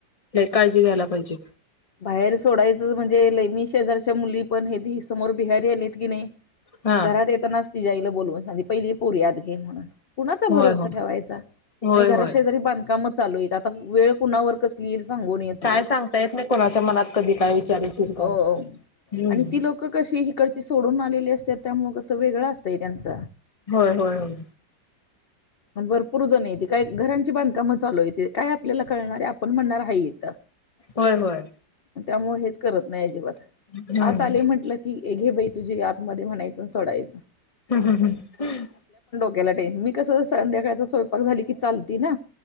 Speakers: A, on the left (about 20°); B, on the left (about 45°).
A: लय काळजी घ्यायला पाहिजे.
B: बाहेर सोडायचं म्हणजे लैमी शेजारच्या मुली पण हे ती समोर बिहार आलेत की नाही.
A: हा
B: घरात येतानाच तिच्या आईला बोलवून सांगते पहिली पोरी आत घे म्हणून कुणाचा भरोसा
A: होय होय
B: ठेवायचा.
A: होय
B: आणि घराशेजारी
A: होय
B: बांधकाम चालू आहेत. आता वेळ कुणावर कसली येईल. सांगून येत
A: काय
B: नाही
A: सांगता येत नाही कोणाच्या मनात कधी काय विचार येतील काय
B: हो
A: हम्म
B: आणि ती लोक कशी इकडची सोडून आलेली असतात त्यामुळ कसं वेगळं असतंय त्यांच.
A: होय, होय, होय.
B: भरपूर जण येते काय घरांची बांधकामं चालू हायती काय आपल्याला कळणारे आपण म्हणणार हाय इथं.
A: होय, होय.
B: त्यामुळे हेच करत नाही अजिबात
A: हम्म
B: आत आले म्हटलं की एक घे बाई तुझी आतमध्ये म्हणायचं सोडायचं.
A: हम् हम् हम्.
B: त्याला मी कस संध्याकाळचा स्वयंपाक झाली की चालती ना